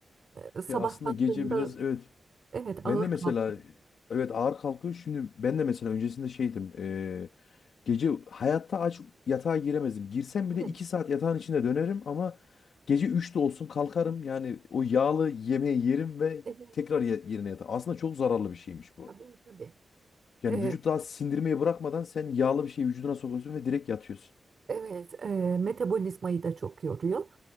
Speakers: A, on the right; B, on the left.
A: E, sabah
B: Ya aslında
A: kalktığımda
B: gece biraz evet
A: evet ağır
B: Ben de mesela
A: kalktım.
B: evet ağır kalkıyor. Şimdi ben de mesela öncesinde şeydim. eee, gece hayatta aç yatağa giremezdim. Girsem bile
A: Evet,
B: 2 saat yatağın içinde dönerim ama gece üçte olsun kalkarım. Yani o yağlı yemeği yerim ve
A: evet
B: tekrar ye- yerine yatarım. Aslında çok zararlı bir şeymiş bu.
A: tabii tabii.
B: Yani
A: E,
B: vücut daha sindirmeyi bırakmadan sen yağlı bir şeyi vücuduna sokuyorsun ve direkt yatıyorsun.
A: evet, e, metabolizmayı da çok yoruyor.